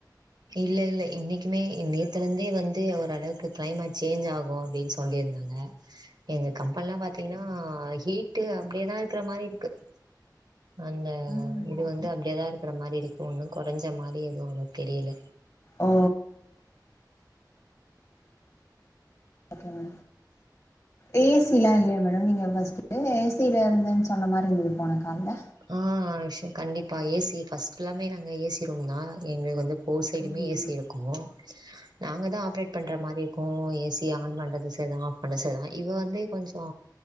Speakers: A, on the right (about 70°); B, on the left (about 45°).
A: இல்ல இல்ல இன்னைக்குமே நேத்துல இருந்தே வந்து ஓரளவுக்கு கிளைமேட் சேஞ்ச் ஆகு அப்டின் சொ சொல்லியிருந்தாங்க எங்க கம்பனிலா பாத்தீங்கன்னா ஹீட்டு அப்டே தா இருக்கற மாரி இருக்கு அந்த
B: ம்
A: இது வந்து அப்டே தா இருக்கற மாரி இருக்கு ஒன்னு கொறஞ்ச மாரி எதுவு ஒண்ணு தெரியல
B: ஓ ஓக்கேங்க ஏ சிலா இல்லையா மேடம் நீங்க ஃபர்ஸ்ட்டு ஏ சில இருந்தன்னு சொன்ன மாரி இருந்துது போன கால்ல
A: ஆ <unintelligible> கண்டிப்பா ஏ சி ஃபர்ஸ்ட் எல்லாமே நாங்க ஏ சி ரூம் தா எங்களுக்கு வந்து போர் சைடுமே
B: ம்
A: ஏ சி இருக்கு நாங்கதா ஆப்ரேட் பண்ற மாரி இருக்கு ஏ சிய ஆன் பண்றது செர்தா ஆஃப் பண்ற செர்தா இவ வந்து கொஞ்சோ